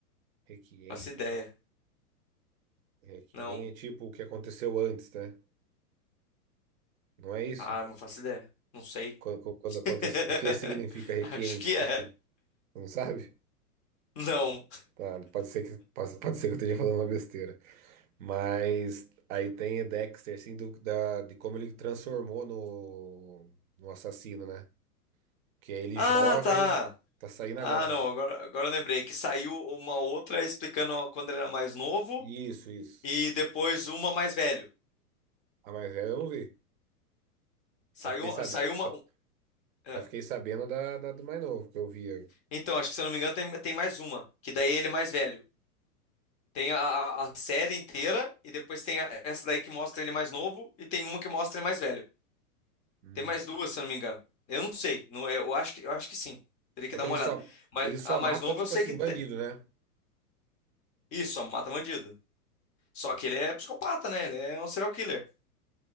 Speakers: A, on the right (about 60°); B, on the left (about 20°).
A: Requiem,
B: Faço
A: que
B: ideia.
A: é. Requiem
B: Não.
A: é tipo o que aconteceu antes, né? Não é isso?
B: Ah, não faço ideia. Não sei.
A: Quando, quando
B: <laughs>
A: aconteceu. O que significa Requiem,
B: Acho que
A: tipo
B: é.
A: assim? Você não sabe?
B: Não.
A: Tá, pode ser que, pode, pode ser que eu esteja falando uma besteira. Mas aí tem o Dexter, assim, do, da, de como ele transformou no, no assassino, né? Que é ele
B: Ah,
A: jovem,
B: tá.
A: tá saindo
B: Ah,
A: agora.
B: não,
A: ó.
B: agora, agora eu lembrei que saiu uma outra explicando quando ele era mais novo
A: Isso, isso.
B: E depois uma mais velho.
A: A mais velha eu não vi.
B: Saiu,
A: Só fiquei, sabe,
B: saiu
A: só,
B: uma. é.
A: só fiquei sabendo da, da do mais novo, que eu via.
B: Então, acho que se eu não me engano, tem, tem mais uma. Que daí ele é mais velho. Tem a, a- a série inteira, e depois tem a- essa daí que mostra ele mais novo, e tem uma que mostra ele mais velho.
A: Hum.
B: Tem mais duas, se eu não me engano. Eu não sei. Não, é- eu acho que, eu acho que sim. Teria
A: Só
B: que dar
A: que
B: uma
A: ele
B: olhada.
A: só,
B: Mas
A: ele só
B: a mais
A: mata,
B: nova
A: tipo
B: eu sei
A: assim,
B: que tem.
A: bandido, né?
B: Isso, a Mata Bandido. Só que ele é psicopata, né? Ele é um serial killer.